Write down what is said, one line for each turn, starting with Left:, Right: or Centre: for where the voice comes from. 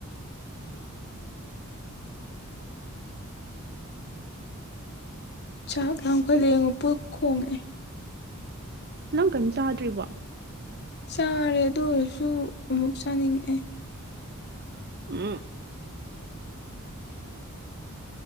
Left: ꯆꯥꯛ ꯂꯥꯝꯈꯠ ꯂꯛꯑꯦꯉꯣ ꯄꯨꯛ ꯈꯣꯡꯉꯛꯑꯦ
Right: ꯅꯪ ꯀꯩꯝ ꯆꯥꯗ꯭ꯔꯤꯕꯣ
Left: ꯆꯥꯔꯦ ꯑꯗꯨ ꯑꯣꯏꯔꯁꯨ ꯑꯃꯨꯛ ꯆꯥꯅꯤꯡꯉꯛꯑꯦ
Right: ꯎꯝ